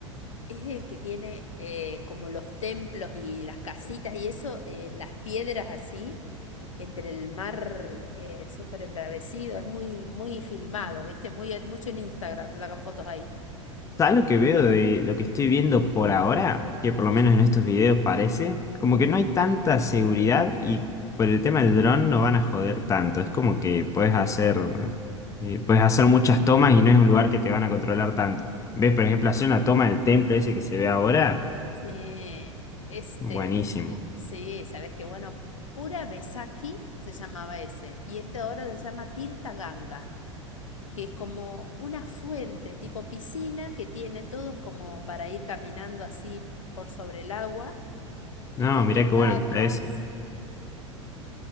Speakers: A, on the left; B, on the left.
A: es el que tiene eh, como los templos y las casitas y eso, eh, las piedras así, entre el mar eh, súper embravecido. Es muy, muy filmado, ¿viste? Muy, mucho en Instagram, se sacan fotos ahí.
B: ¿Sabes lo que veo de lo que estoy viendo por ahora? Que por
A: Sí.
B: lo menos en estos videos parece, como que no hay tanta seguridad y por el tema del dron no van a joder tanto. Es como que puedes hacer, eh, puedes hacer muchas tomas y no es un lugar que te van a controlar tanto. ¿Ves? Por ejemplo, hacer una toma del templo ese que se ve ahora,
A: Sí, este,
B: buenísimo.
A: sí, sabes que bueno, Pura Besaki se llamaba ese, y este ahora se llama Tirta Ganga, que es como una fuente tipo piscina que tiene todos como para ir caminando así por sobre el agua, y
B: No,
A: todas
B: mirá
A: estatuas,
B: qué bueno que está ese.